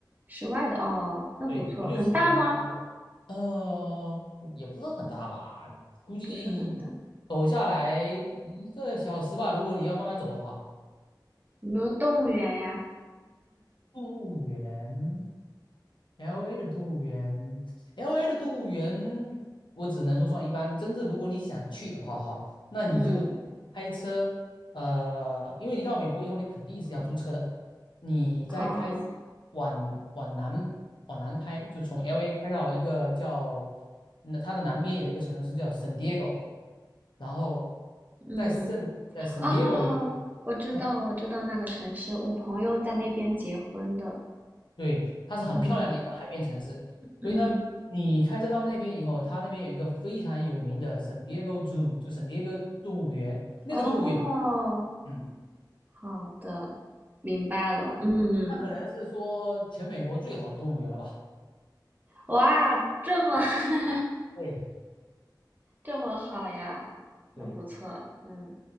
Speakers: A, on the right; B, on the left.
A: 室外的哦，那不错，
B: 对，我就喜欢我，
A: 很大吗？
B: 呃，不也不是很大吧，估计
A: 不是很大，
B: 走下来一个小时吧，如果你要慢慢走的话。
A: 有没有动物园呀？
B: 动物园，LA 的动物园，LA 的动物园，我只能说算一般。真正如果你想去的话，哈，那你就开车，
A: 嗯
B: 呃，因为你到美国以后，你肯定是要租车的。你再开
A: 啊
B: 往往南往南开，就从 LA 开到一个叫那它的南边有一个城市叫 San Diego，然后
A: 嗯
B: 在圣在 San
A: 哦，
B: Diego 有。
A: 我知道我知道那个城市，
B: 啊
A: 我朋友在那边结婚的，
B: 对，它是很漂亮的一个海边城市，
A: 嗯嗯
B: 所以呢，你开车到那边以后，它那边有一个非常有名的 San Diego Zoo，就 San Diego 动物园，那个动物园，
A: 哦。
B: 嗯，
A: 好的，明白了。嗯，
B: 它可能是说全美国最好的动物园了吧？
A: 哇，这么 <laughs>
B: 对
A: 这么好呀，那不错。
B: 对，
A: 嗯，